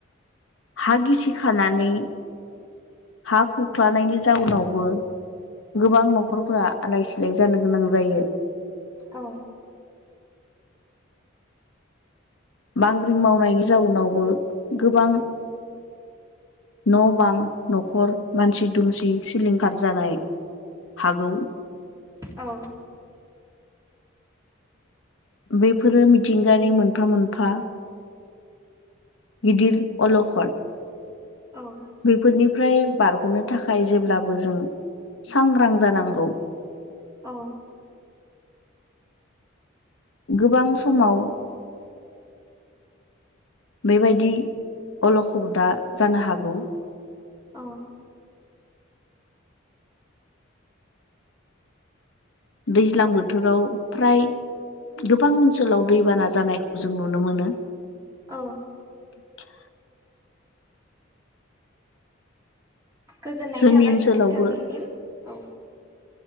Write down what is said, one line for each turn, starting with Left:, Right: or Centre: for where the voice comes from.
Left: हा गिसि खानानै हा खुख्लानायनि जाउनावबो गोबां न'खरफोरा आलाय सिलाय जानो गोनां जायो।
Right: औ।
Left: बांग्रिं मावनायनि जाउनावबो गोबां न' बां न'खर मानसि दुमसि सिलिंखार जानाय। हागौ।
Right: औ।
Left: बेफोरो मिथिंगानि मोनफा मोनफा गिदिर अलखर
Right: औ
Left: बेैफोरनिफ्राय बारग'नो थाखाय जेब्लाबो जों सांग्रां जानांगौ।
Right: औ।
Left: गोबां समाव बेबायदि अलखबदा जानो हागौ।
Right: औ।
Left: दैज्लां बोथोराव फ्राय गोबां ओनसोलाव दैबाना जानायखौ जों नुनो मोनो।
Right: औ
Left: <unintelligible>
Right: गोजोननाय
Left: जोंनि
Right: थाबाय
Left: ओनसोलावबो
Right: नोंथांनिसिम औ